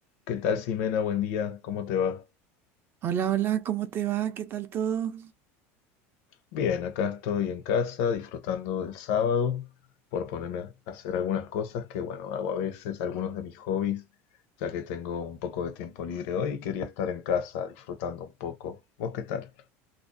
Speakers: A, on the left; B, on the right.
A: ¿Qué tal, Simena? Buen día, ¿cómo te va?
B: Hola, hola, ¿cómo te va? ¿Qué tal todo?
A: Bien, acá estoy en casa disfrutando del sábado por ponerme a hacer algunas cosas que, bueno, hago a veces, algunos de mis hobbies, ya que tengo un poco de tiempo libre hoy y quería estar en casa disfrutando un poco. ¿Vos qué tal?